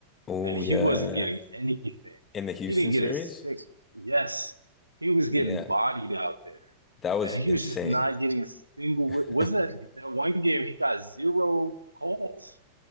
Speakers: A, on the left; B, on the right.
A: Oh,
B: and he
A: yeah.
B: wasn't getting anything?
A: In the Houston
B: He didn't
A: series?
B: get a six. Yes, he was
A: Yeah,
B: getting bodied out there
A: that was
B: and he
A: insane.
B: was just not getting a single.
A: <laughs>
B: wi- Wasn't that that one game he got zero calls?